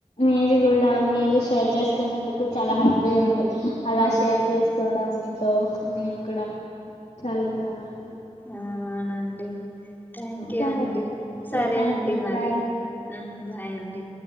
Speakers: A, on the left (about 70°); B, on the left (about 15°).
A: మీరు కూడా మీరు షేర్ చేస్కున్నందుకు చాలా హ్యాపీ ఉంది అలా
B: ఆ
A: షేర్ చేసు చూడం మీతో నేను కూడా చాలా బాగుంది
B: ఆ అవ్నండి థ్యాంక్యూ
A: సరే
B: అండి
A: ఓకే
B: సరే
A: థ్యాంక్
B: అండి
A: యూ
B: మరి
A: బాయ్
B: బాయండి